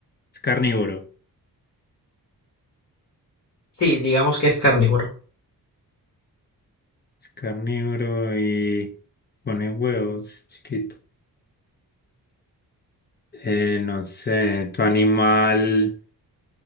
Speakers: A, on the left (about 25°); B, on the left (about 45°).
A: Es carnívoro.
B: Sí, digamos que es carnívoro.
A: Es carnívoro y pone huevos, es chiquito. Eh, no sé, tu animal.